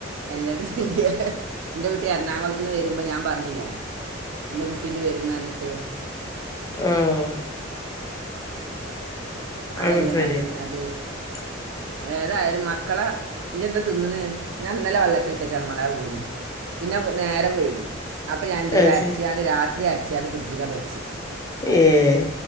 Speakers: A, on the right; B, on the left.
A: എല്ലടും സന്ധ്യ എന്റെ കുട്ടി എറണാകുളത്തന്ന് വരുമ്പോ ഞാൻ പറഞ്ഞില്ലേ ന്റെ കുട്ടിണ്ട് വെരുന്നർഞ്ട്ട്
B: ആഹ അത്
A: അതല്ല
B: ശരി
A: നല്ലത് അത്
B: <unintelligible>
A: ഏതായാലും മക്കള ഈയെന്താ തിന്ന്ന് ഞാൻന്നലെ വെള്ളത്തിലിട്ട <unintelligible> ഉഴുന്ന് പിന്നെ നേരം വൈകി അപ്പൊ ഞാനെന്ത്
B: അത്
A: ചെയ്ത് അരച്ചിയാട്
B: ശരി
A: രാത്രി അരച്ചിയാട് ഫ്രിഡ്ജിൽ കണ്ട് വെച്ച്
B: ഏഹ്